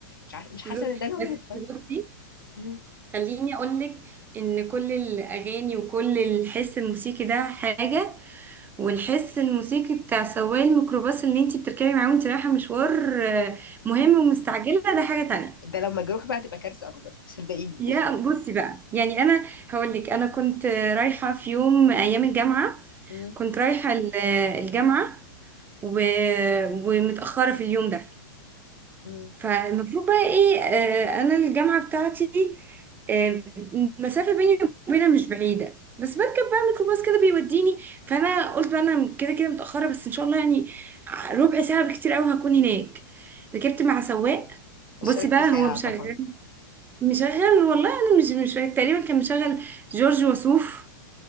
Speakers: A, on the left (about 80°); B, on the right (about 15°).
A: مش عارف
B: <laughs>
A: مش حاسه
B: بالظبط.
A: ان ده نوع
B: بس
A: من الفن
B: بصي
A: مم.
B: خليني أقولك إن كل الأغاني وكل الحس الموسيقي ده حاجة والحس الموسيقي بتاع سواق الميكروباص اللي انتي بتركبي معاه وانتي رايحة مشوار آه، مهم ومستعجلة ده حاجة تانية
A: ده لو مجروح بقى تبقى كارثه اكبر صدقيني
B: يا بصي بقى يعني أنا هقولك أنا كنت رايحة في يوم أيام الجامعة
A: مم.
B: كنت رايحة ال- الجامعة و... ومتأخرة في اليوم ده
A: مم.
B: فالمفروض بقى ايه آه انا الجامعة بتاعتي دي، آه المسافة بيني وبينها مش بعيدة بس بركب بقى ميكروباص كده بيوديني فانا قلت بقى انا كده كده متأخرة بس ان شاء الله يعني ع- ربع ساعة بكتير قوي هكون هناك ركبت مع سواق
A: وصلك
B: بصي بقى
A: في ساعه
B: هو مشغل
A: طبعا
B: مشغل والله انا مش مش فاكرة. تقريبا كان مشغل جورج وسوف